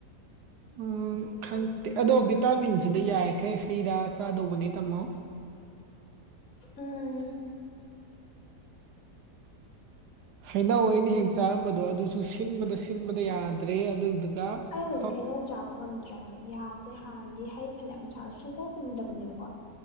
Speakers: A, on the right; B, on the left.
A: ꯎꯝ ꯈꯪꯗꯦ ꯑꯗꯣ ꯚꯤꯇꯥꯃꯤꯟꯁꯤꯗ ꯌꯥꯔꯤꯈꯩ ꯍꯩꯔꯥ ꯆꯥꯗꯧꯕꯅꯦ ꯇꯥꯝꯃꯣ
B: ꯎꯝ
A: ꯍꯩꯅꯧ ꯑꯩꯅ ꯍꯦꯛꯁ ꯆꯥꯔꯝꯕꯗꯣ ꯑꯗꯨꯁꯨ ꯁꯤꯟꯕꯗ ꯁꯤꯟꯕꯗ ꯌꯥꯗ꯭ꯔꯦ ꯑꯗꯨꯗꯨꯒ
B: ꯑꯩ ꯍꯧꯖꯤꯛ
A: ꯐꯞ
B: ꯍꯩꯅꯧ ꯆꯥꯕ ꯉꯝꯗ꯭ꯔꯦ ꯍꯥꯏꯕ ꯌꯥꯁꯦ ꯍꯥꯟꯅꯗꯤ ꯍꯩ ꯐꯅꯌꯥꯝ ꯆꯥ ꯁꯨꯡꯀꯨꯝ ꯀꯨꯝꯗꯕꯅꯦꯕꯀꯣ <inaudible>